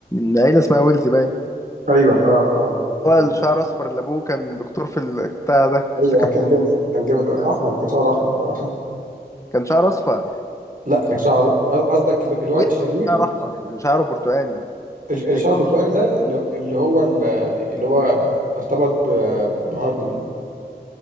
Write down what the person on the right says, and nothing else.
ايوه اه اه
كان
ايوه
كان جامد كان جامد احمر كان شعره احمر آه.
لا كان شعره قصدك اللي هو
الشرير
الش- الشعر
البرتقالي ده اللي اللي هو اللي هو ارتبط ب- بهارموني